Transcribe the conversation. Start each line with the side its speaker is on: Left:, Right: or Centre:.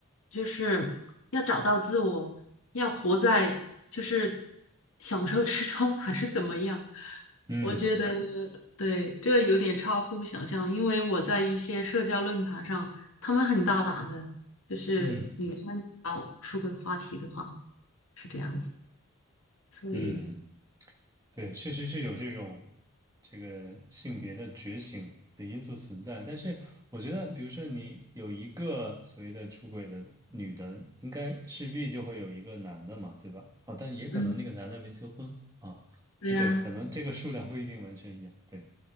Left: 就是要找到自我，要活在就是享受之中，还是怎么样？
Right: 嗯
Left: 我觉得对，这有点超乎想象，因为我在一些社交论坛上，他们很大胆的，就是女生聊出轨话题的话。
Right: 嗯
Left: 是这样子，所以，
Right: 嗯嗯嗯。对，确实是有这种这个性别的觉醒的因素存在，但是我觉得，比如说你有一个所谓的出轨的女的，应该势必就会有一个男的嘛，对吧？哦，但也可能那个男的没结婚啊，
Left: 嗯，对呀，
Right: 对，可能这个数量不一定完全一样，对，